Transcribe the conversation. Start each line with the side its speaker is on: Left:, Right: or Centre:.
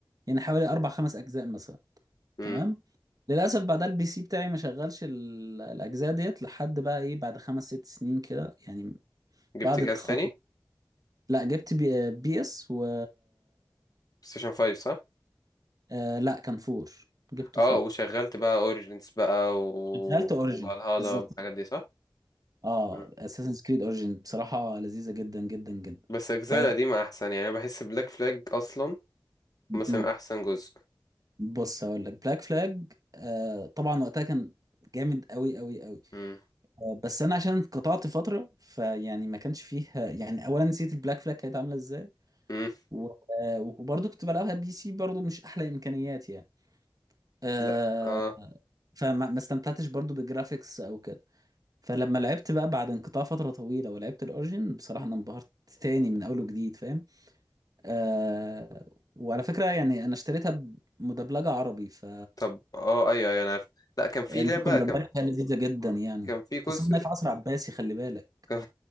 Right: يعني حوالي اربع خمس اجزاء مثلا
Left: أمم
Right: تمام للاسف بعدها البي سي بتاعي ما شغلش ال- الاجزاء ديت لحد بقى ايه بعد خمس ست سنين كده يعني
Left: جبت
Right: بعد
Left: جهاز
Right: التخرج
Left: تاني بلاي
Right: لا جبت بي, بي اس و
Left: ستيشن 5 صح؟
Right: آه لا كان فور جبت
Left: أه
Right: فور
Left: وشغلت بقى أوريجينز بقى و
Right: شغلت اوريجن
Left: فالهالا
Right: بالظبط
Left: والحاجات دي صح؟
Right: اه
Left: مم.
Right: اساسنز كريد اوريجين بصراحه لذيذه جدا جدا جدا
Left: بس الأجزاء
Right: ف
Left: القديمة أحسن يعني أنا بحس بلاك فلاج أصلا
Right: مم.
Left: مثلا أحسن جزء
Right: بص هقول لك بلاك فلاج آه طبعا وقتها كان جامد قوي قوي قوي
Left: أمم
Right: آه بس انا عشان انقطعت فتره فيعني ما كانش فيه يعني اولا نسيت البلاك فلاج كانت عامله ازاي
Left: أمم
Right: و- آه، وبرضه كنت بلعبها بي سي برضه مش احلى امكانيات يعني آه
Left: لا أه
Right: فما ما استمتعتش برضه بالجرافيكس او كده فلما لعبت بقى بعد انقطاع فتره طويله ولعبت الاوريجين بصراحه انا انبهرت تاني من اول وجديد فاهم آه وعلى فكرة يعني أنا اشتريتها مدبلجة عربي ف
Left: طب أه أيوه أيوه أنا عارف لا كان في
Right: النسخة
Left: لعبة
Right: المدبلجة
Left: كان
Right: فيها لذيذة جدا
Left: مم.
Right: يعني
Left: كان في جزء
Right: خاصة إنها في عصر عباسي خلي بالك
Left: كان...